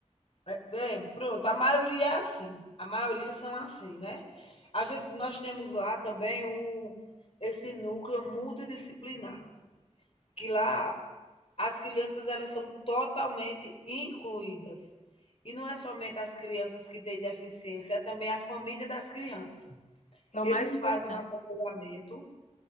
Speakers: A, on the left; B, on the left.
A: É, é, pronto, a maioria é assim. A maioria são assim, né? A gente, nós temos lá também o, esse núcleo multidisciplinar, que lá as crianças elas são totalmente incluídas. E não é somente as crianças que têm deficiência, é também a família das crianças.
B: que é
A: Eles
B: o mais importante.
A: fazem um acompanhamento